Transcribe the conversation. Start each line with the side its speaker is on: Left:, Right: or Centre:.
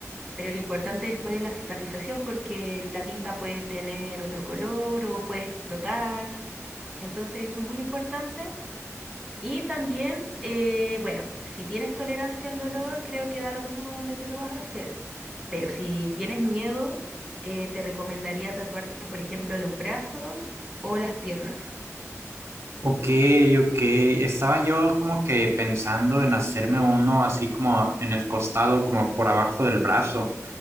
Centre: pero lo importante después es la cicatrización porque la tinta puede tener otro color o puede explotar. Entonces eso es muy importante. Y también, eh, bueno, si tienes tolerancia al dolor, creo que da lo mismo donde te lo vas a hacer. Pero si tienes miedo, eh, te recomendaría tatuarte, por ejemplo, los brazos o las piernas.
Right: Ok, ok. Estaba yo como que pensando en hacerme uno así como en el costado, como por abajo del brazo.